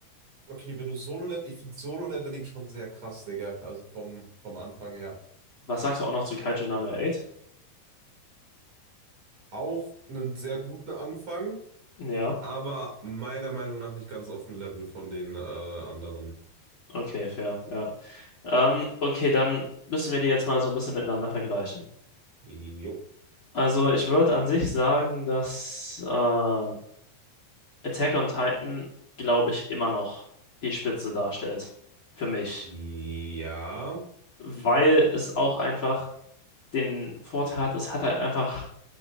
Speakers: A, on the right; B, on the left.
A: okay, wenn du Solo-Level, ich finde Solo-Leveling schon sehr krass, Digga. Also vom, vom Anfang her.
B: Was sagst du auch noch zu Kaiju Number 8?
A: Auch einen sehr guten Anfang,
B: Ja,
A: aber meiner Meinung nach nicht ganz auf dem Level von den äh, anderen.
B: okay, fair, ja. Ähm, okay, dann müssen wir die jetzt mal so ein bisschen miteinander vergleichen.
A: Jo.
B: Also ich würde an sich sagen, dass äh, Attack on Titan, glaube ich, immer noch die Spitze darstellt. Für mich.
A: Ja.
B: Weil es auch einfach den Vorteil hat, es hat halt einfach